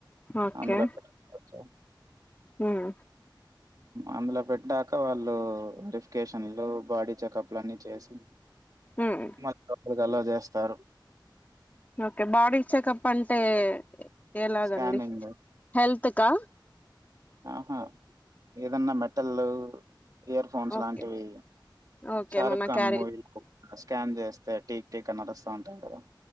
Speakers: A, on the left; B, on the right.
A: ఓకే
B: అందులో పెట్టుకోవాల్చు
A: ఉమ్
B: అందులో పెట్టాక వాళ్ళు వెరిఫికేషన్లు బాడీ చెకప్ అన్ని చేసి
A: ఉమ్
B: మధరికి గాలా చేస్తారు
A: ఓకే బాడీ చెకప్ అంటే ఎలాగండి
B: స్కానింగ్
A: హెల్త్ క
B: ఆహా ఏదన్నా మెటల్ ఇయర్ ఫోన్స్
A: ఓకే
B: లాంటివి
A: ఓకే
B: షారుక్
A: మన
B: ఖాన్
A: క్యారేజ్
B: మూవీకు స్కాన్ చేస్తే టీక్ టీక్ అని అరుస్తా ఉంటాది కదా